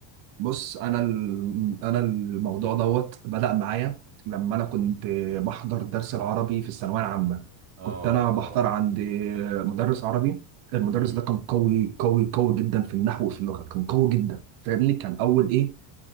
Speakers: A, on the right (about 45°); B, on the right (about 30°).
A: بص انا ال- انا الموضوع دوت بدأ معايا لما انا كنت بحضر درس العربي في الثانويه العامه
B: اه
A: كنت انا
B: الله
A: بحضر عند مدرس عربي المدرس
B: امم
A: ده كان قوي قوي قوي جدا في النحو وفي اللغه كان قوي جدا فاهمني كان اول ايه